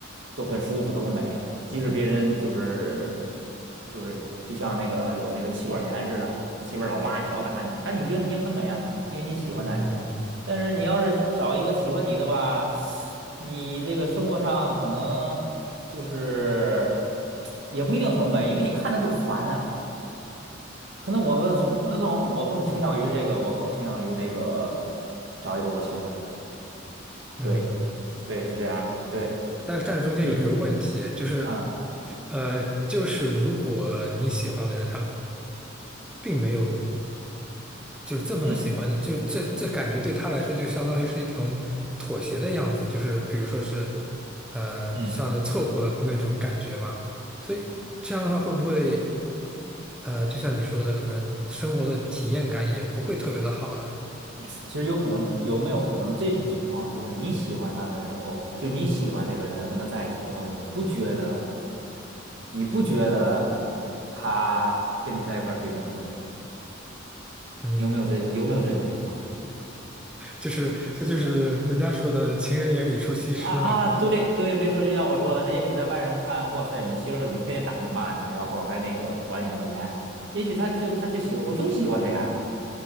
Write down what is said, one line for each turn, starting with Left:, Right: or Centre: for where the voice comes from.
Right: 都很舒服，都很美。即使别人就是就是就像那个有那个妻管严似的，媳妇儿老骂你，老打你，但你觉得你很美啊，因为你喜欢她呀。
Centre: 嗯
Right: 但是你要是找一个喜欢你的吧，你这个生活上可能。就是也不一定很美，因为你看着就烦啊。可能我更可能更我更倾向于这个，我更倾向于那个找一个我喜欢的。
Centre: 嗯，
Right: 对对，是这样儿对
Centre: 但是但是中间有一个问题，
Right: 你，
Centre: 就是，
Right: 嗯
Centre: 呃，就是如果你喜欢的人他并没有就是这么的喜欢你，
Right: 嗯
Centre: 就这这感觉对他来说就相当于是一种妥协的样子，就是比如说是，呃，
Right: 嗯，
Centre: 像是凑合的那种感觉嘛。所以这样的话会不会，呃，就像你说的，可能生活的体验感也不会特别的好呢？
Right: 其实有可能有没有可能这种情况，就是你喜欢他的时候，就你喜欢这个人跟他在一起的时候，你不觉得你不觉得他跟你在一块儿是一种妥协？
Centre: 嗯，
Right: 有没有这有没有这种情况？
Centre: 就是这就是人家说的“情人眼里出西施”嘛。
Right: 啊啊，对对，没错，就像我说的，也许在外人看，哇塞，你媳妇儿怎么天天打你骂你，然后还那个管你那么严？也许他就他就喜，我就喜欢这样，